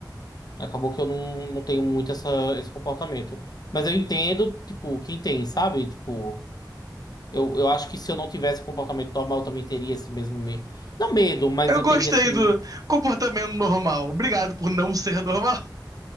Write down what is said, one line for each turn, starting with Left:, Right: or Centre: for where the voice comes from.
Left: Acabou que eu não, não tenho muito essa, esse comportamento. Mas eu entendo, tipo, quem tem, sabe? Tipo, eu, eu acho que se eu não tivesse comportamento normal, eu também teria esse mesmo medo. Não medo, mas
Right: Eu
Left: eu
Right: gostei
Left: teria esse.
Right: do comportamento normal. Obrigado por não ser normal.